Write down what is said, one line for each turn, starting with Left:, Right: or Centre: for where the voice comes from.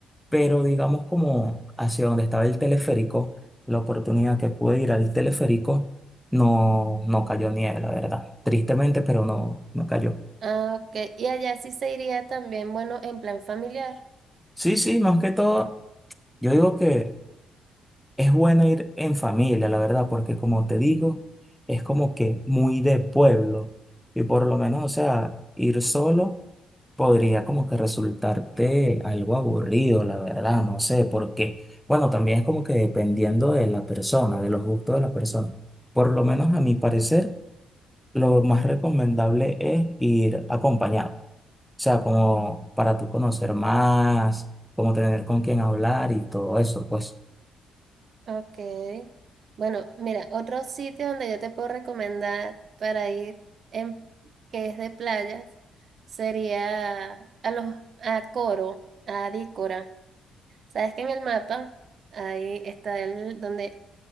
Centre: Pero digamos como hacia donde estaba el teleférico, la oportunidad que pude ir al teleférico, no, no cayó nieve, la verdad. Tristemente, pero no, no cayó.
Right: Ah, ok, y allá sí se iría también, bueno, en plan familiar.
Centre: Sí, sí, más que todo, yo digo que Es bueno ir en familia, la verdad, porque como te digo, es como que muy de pueblo. Y por lo menos, o sea, ir solo podría como que resultarte algo aburrido, la verdad, no sé, porque, bueno, también es como que dependiendo de la persona, de los gustos de la persona. Por lo menos a mi parecer, lo más recomendable es ir acompañado. O sea, como para tú conocer más, como tener con quién hablar y todo eso, pues,
Right: Ok. Bueno, mira, otro sitio donde yo te puedo recomendar para ir, en, que es de playas, sería a los a Coro, a Dícora. Sabes que en el mapa, ahí está el, donde